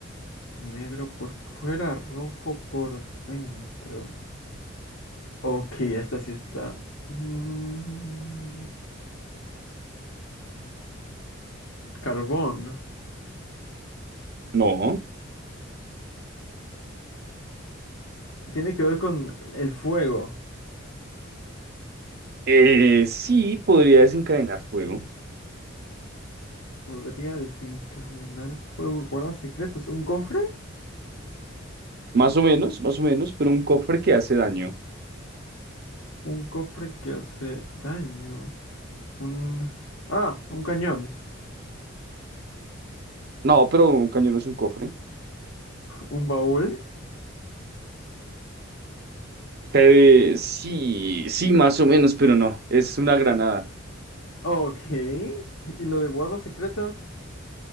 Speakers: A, on the left; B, on the right.
A: Negro por fuera, rojo por dentro. Ok, esta sí está. Mm, carbón.
B: No.
A: Tiene que ver con el fuego.
B: Eh, sí, podría desencadenar fuego.
A: Podría desencadenar fuego. Guarda secretos. ¿Un cofre?
B: Más o menos, más o menos, pero un cofre que hace daño.
A: Un cofre que hace daño. Un... Ah, un cañón.
B: No, pero un cañón no es un cofre.
A: ¿Un baúl?
B: Eh, sí, sí, más o menos, pero no. Es una granada.
A: Ok. ¿Y lo de guarda secretos?